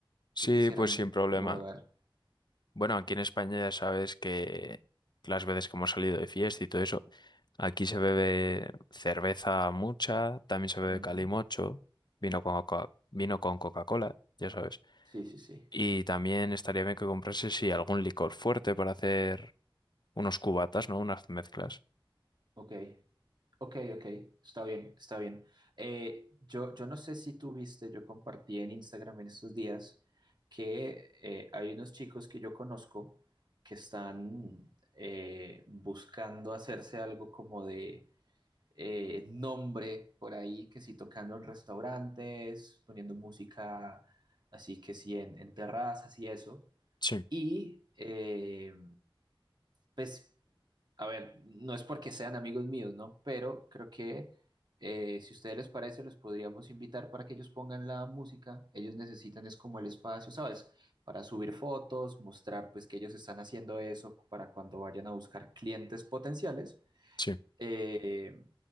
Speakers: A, on the left; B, on the right.
A: Sí,
B: ¿Qué quisieran
A: pues sin problema.
B: como beber?
A: Bueno, aquí en España ya sabes que las veces que hemos salido de fiesta y todo eso, aquí se bebe cerveza mucha, también se bebe
B: Ujú.
A: calimocho, vino con Coca- vino con Coca-Cola, ya sabes.
B: Sí, sí, sí.
A: Y también estaría bien que comprase sí, algún licor fuerte para hacer unos cubatas, ¿no? Unas mezclas.
B: Ok, ok, ok. Está bien, está bien. Eh, yo, yo no sé si tú viste, yo compartí en Instagram en estos días que eh, hay unos chicos que yo conozco que están eh, buscando hacerse algo como de eh, nombre por ahí, que si tocando en restaurantes, poniendo música así que sí en, en terrazas y eso.
A: Sí,
B: Y eh, pues A ver, no es porque sean amigos míos, ¿no? Pero creo que eh, si a ustedes les parece, los podríamos invitar para que ellos pongan la música. Ellos necesitan es como el espacio, ¿sabes? Para subir fotos, mostrar pues que ellos están haciendo eso para cuando vayan a buscar clientes potenciales.
A: sí.
B: Eh,